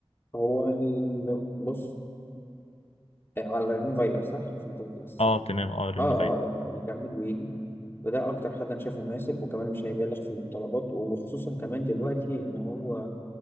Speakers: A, on the left; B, on the left.
A: هو ال... بص إيه، على ريني فايلر صح عشان تقول بس
B: اه
A: سيكا.
B: تمام اه رن
A: اه اه لا لا يكمل ويجي وده أكتر حد أنا شايفه مناسب وكمان مش هيبالغ في الطلبات وخصوصا كمان دلوقتي إن هو